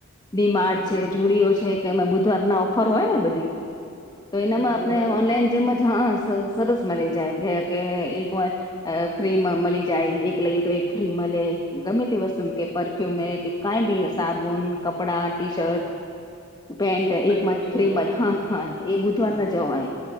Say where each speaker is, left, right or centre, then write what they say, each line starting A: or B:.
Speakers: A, on the left; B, on the left.
A: ડીમાટ
B: હમ
A: છે જુડીઓ છે. કે બુધવાર ના ઓફર હોય ને બધી. તો એનામાં
B: હા એવું
A: આપણે
B: હોય એમ
A: ઓનલાઈન જેજ હા સરસ મલી જાય એમ કે એક વાર અ ફ્રી મળી જાય. એક લઈએ તો એક ફ્રી મળે. ગમે તે વસ્તુ કે પરફ્યુમ કે કઈ બી સાબુન, કપડા, ટી
B: હા
A: શર્ટ પેન્ટ
B: એક ઉપર
A: એકમાં
B: ફ્રી
A: એક પ્રિમલ.
B: હોય બધા
A: હા હા એ બુધવાર
B: હા
A: ના
B: હા
A: જવાય